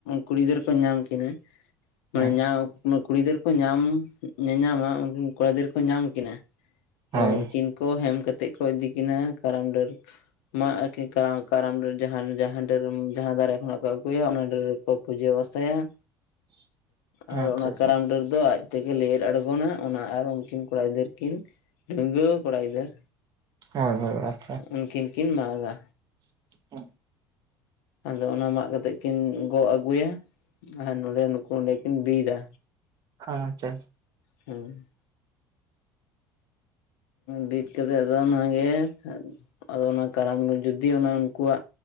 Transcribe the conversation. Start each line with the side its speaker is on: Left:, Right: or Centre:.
Left: ᱠᱩᱲᱤ ᱜᱤᱫᱟᱹᱨ ᱠᱚ ᱧᱟᱢ ᱠᱤᱱᱟ ᱢᱟᱱᱮ
Right: ᱦᱮᱸ
Left: ᱧᱟᱢ ᱠᱩᱲᱤ ᱜᱤᱫᱟᱹᱨ ᱠᱚ ᱧᱟᱢ ᱧᱟᱧᱟᱢᱟ ᱩᱱᱠᱤᱱ ᱠᱚᱲᱟ ᱜᱤᱫᱟᱹᱨ ᱠᱚ ᱧᱟᱢ ᱠᱤᱱᱟ᱾
Right: ᱦᱳᱭ
Left: ᱩᱱᱠᱤᱱ ᱠᱚ ᱦᱮᱢ ᱠᱟᱛᱮᱜ ᱠᱚ ᱤᱫᱤ ᱠᱤᱱᱟᱹ ᱠᱟᱨᱟᱢ ᱰᱟᱹᱨ ᱢᱟᱜ ᱟᱠᱤᱱ ᱠᱟᱨᱟᱢ ᱠᱟᱨᱟᱢ ᱰᱟᱹᱨ ᱡᱟᱸᱦᱟ ᱰᱟᱹᱨ ᱡᱟᱦᱟᱸ ᱫᱟᱨᱮ ᱠᱷᱚᱱᱟᱜ ᱟᱹᱜᱩᱭᱟ ᱚᱱᱟ ᱰᱟᱹᱨ ᱠᱚ ᱯᱩᱡᱟᱹ ᱯᱟᱥᱟ ᱭᱟ
Right: <inaudible>
Left: ᱟᱨ
Right: ᱟᱪᱪᱷᱟ
Left: ᱚᱱᱟ
Right: ᱟᱪᱪᱷᱟ
Left: ᱠᱟᱨᱟᱢ ᱰᱟᱹᱨ ᱫᱚ ᱟᱡ ᱛᱮᱜᱮ ᱞᱮᱣᱮᱫ ᱟᱲᱜᱳ ᱱᱟ ᱚᱱᱟ ᱟᱨ ᱩᱱᱠᱤᱱ ᱠᱚᱲᱟ ᱜᱤᱫᱟᱹᱨ ᱠᱤᱱ ᱰᱟᱹᱝᱣᱟᱹ ᱠᱚᱲᱟ ᱜᱤᱫᱟᱹᱨ
Right: <unintelligible>
Left: ᱩᱱᱠᱤᱱ ᱠᱤᱱ ᱢᱟᱜ-ᱟ
Right: <unintelligible>
Left: ᱟᱫᱚ ᱚᱱᱟ ᱢᱟᱜ ᱠᱟᱛᱮᱜ ᱠᱤᱱ ᱜᱚᱜ ᱟᱹᱜᱩᱭᱼᱟ ᱟᱨ ᱱᱚᱰᱮ ᱱᱩᱠᱩ ᱚᱸᱰᱮ ᱠᱤᱱ ᱵᱤᱫᱟ
Right: ᱟᱪᱪᱷᱟ
Left: ᱦᱮᱸ ᱵᱤᱫ ᱠᱟᱛᱮᱜ ᱟᱫᱚ ᱚᱱᱟ ᱜᱮ ᱟᱫᱚ ᱚᱱᱟ ᱠᱟᱨᱟᱢ ᱡᱩᱫᱤ ᱚᱱᱟ ᱩᱱᱠᱩᱣᱟᱜ